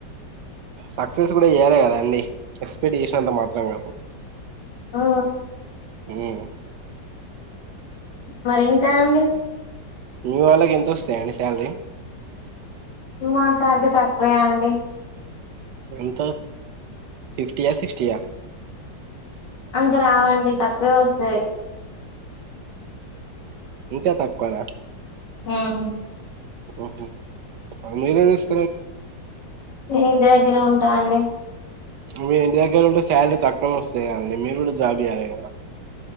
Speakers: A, on the right; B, on the left.
A: సక్సెస్ కూడా చేయలే కదా అండి, ఎక్స్పెక్ట చేసినంత మాత్రం కాదు.
B: ఆ
A: ఉమ్
B: మరి ఇంకా అండి?
A: మీ వాళ్ళకి ఎంత వస్తాయండి శాలరీ
B: మా సార్ కి తక్కువే అండి
A: ఎంత ఫిఫ్టీ యా సిక్స్టీయా
B: అంత రావండి తక్కువే వస్తాయి
A: ఇంకా తక్కువేనా
B: మ్మ్
A: ఉహు మీరే చెస్
B: నేను ఇంటి దగ్గరే ఉంటా అండి
A: మీ ఇంటి దగ్గర ఉంటే శాలరీ తక్కువన వస్తాయి కదండి మీరు కూడా జాబ్ చేయ్యాలి కదా